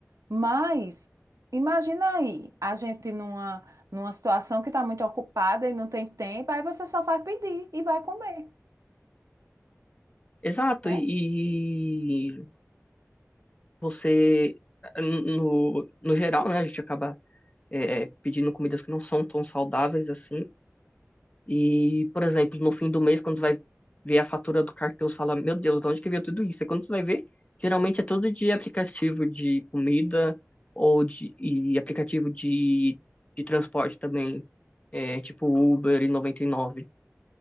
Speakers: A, on the right; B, on the left.
A: Mas imagina aí, a gente numa, numa situação que está muito ocupada e não tem tempo, aí você só vai pedir e vai comer.
B: Exato,
A: né?
B: e e você no, no geral, né, a gente acaba é, é, pedindo comidas que não são tão saudáveis assim. E, por exemplo, no fim do mês, quando você vai ver a fatura do cartão, você fala, meu Deus, de onde que veio tudo isso? E quando você vai ver, geralmente é tudo de aplicativo de comida ou de e aplicativo de, de transporte também, é, tipo Uber e noventa e nove